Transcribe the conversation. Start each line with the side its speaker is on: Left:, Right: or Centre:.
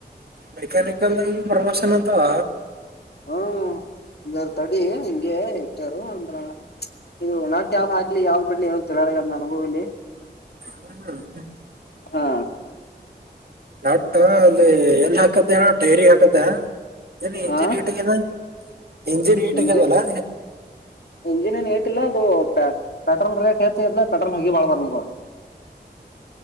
Right: ಮೆಕ್ಯನಿಕಲ್ ದಾಂಡು ಪ್ರಮೋಷನ್ ಆಗ್ತಾವ
Left: ಹ್ಮ ಇದಾರ ತಡಿ ಹಂಗೆ ಹೆಟ್ಟಾರ ಅಂದ್ರ ಇದು ನೆಟ್ ಯಾವುದು ಹಾಕ್ಲಿ ಯಾವ್ದ್ ಬಿಡ್ಲಿ ಏನ ತಿಳಿವತ್ ನನಗೂ ಇಲ್ಲಿ
Right: ಹ್ಮ
Left: ಹಾ
Right: ನಟ್ ಅದು ಎಲ್ಲಿ ಹಾಕದೇನ ಟೈರಿಗಿ ಹಾಕುದಾ ಇಲ್ಲಿ ಎಂಜಿನ್
Left: ಹಾ
Right: ಹಿಟ ಆಗೇದ ಎಂಜಿನ್ ಹಿಟ
Left: ಇಂಜಿನ್
Right: ಆಗೇದಲ್ಲಾ
Left: ಇಂಜಿನ್ ಏನು ಹಿಟ್ ಆಗಿಲ್ಲ ಅದು ಪೆಟ್ರೋಲ್ ರೇಟ್ ಹೇಚ್ಚ ಆಗಿದೆಯಲ್ಲ ಇಲ್ಲ ಪೆಟ್ರೋಲ್ ಮುಗಿ ಬಾಳ ಬಾರ <inaudible>